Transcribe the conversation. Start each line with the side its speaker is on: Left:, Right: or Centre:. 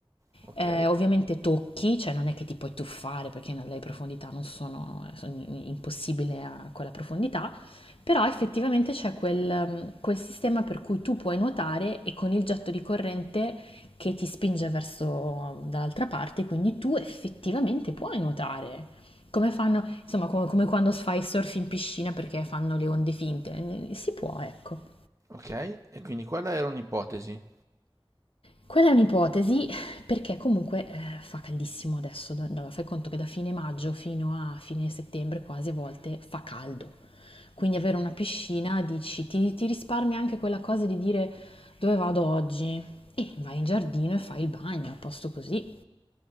Right: ok,
Left: Eh, ovviamente tocchi, cioè non è che ti puoi tuffare perché le profondità non sono, sono impossibile a quella profondità, però effettivamente c'è quel, quel sistema per cui tu puoi nuotare e con il getto di corrente che ti spinge verso dall'altra parte, quindi tu effettivamente puoi nuotare. Come fanno, insomma, come, come quando fai surf in piscina perché fanno le onde finte, si può, ecco.
Right: ok, e quindi quella era un'ipotesi.
Left: Quella è un'ipotesi perché comunque eh, fa caldissimo adesso, da- da- fai conto che da fine maggio fino a fine settembre quasi a volte fa caldo. Quindi avere una piscina dici, ti, ti risparmia anche quella cosa di dire dove vado oggi e vai in giardino e fai il bagno, a posto così.